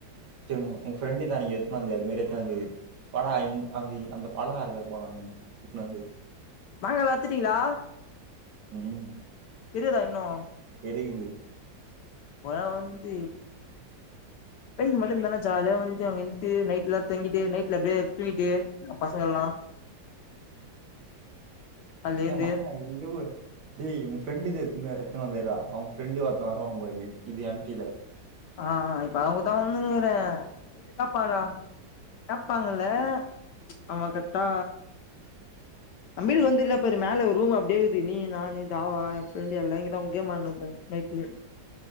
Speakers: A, on the right (about 80°); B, on the left (about 70°).
A: சேர் உ உன் ஃப்ரெண்டு தா அனிக்கி எத்னு வந்தியே அது மாரி எத்னு வந்துரு பலா இன் அந்த இ அந்த பலோ ஆறுக்கு போலான்னு இட்னு வந்து வெய்
B: மாங்காளா அத்துட்டிங்ளா
A: ஊம்
B: இருகுதா இன்னு
A: ருகுது
B: ஒர்நா வந்து வெய்லு மட்டோல்லனா ஜாலியா வந்து அங்க இந்ட்டூ நைட்ல தங்கிட்டு நைட்ல அப்டியே தூங்கிட்டு நம் பசங்கல்லா அதுல
A: விஹ்ணு
B: ஏந்து
A: மாங்க எதுமே உ டேய் உ ஃப்ரெண்டுது எத் னு எத்னு வந்துறா அவ ஃப்ரெண்டு ஒருத்த வருவா பாரு இது எம் டீ ல
B: ஆ இப்ப அவங்கூட்தா வந்துனுறே அவங் வீட்ல கேப்பாங்கலாடா கேப்பாங்கல்ல அவ கட்டா நம்ம வீட்டு வந்து உலப்பாரு மேல ஒரு ரூம் அப்டேக்குது நீ நானு தவா எ ஃப்ரெண்டு எல்லா இங்கதா அவுங் கேம் ஆட்னுப்போ நைட்ல